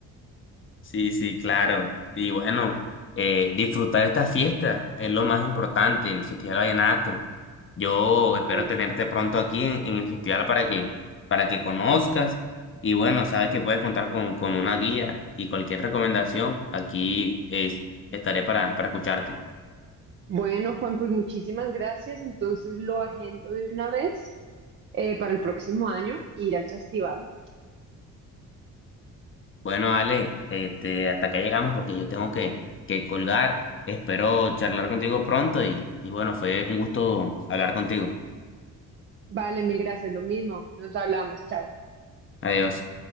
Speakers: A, on the left; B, on the right.
A: Sí, sí, claro. Y bueno, eh, disfrutar esta fiesta es lo más importante, el Festival Vallenato. Yo espero
B: <laughs>
A: tenerte pronto aquí en, en el festival para que, para que conozcas. Y bueno, sabes que puedes contar con, con una guía y cualquier recomendación, aquí es, estaré para, para escucharte.
B: Bueno, Juan, pues muchísimas gracias. Entonces lo agendo de una vez eh, para el próximo año, ir al festival.
A: Bueno, Ale, este, hasta acá llegamos porque yo tengo que, que colgar. Espero charlar contigo pronto y, y bueno, fue un gusto hablar contigo.
B: Vale, mil gracias, lo mismo. Nos hablamos, chao.
A: Adiós.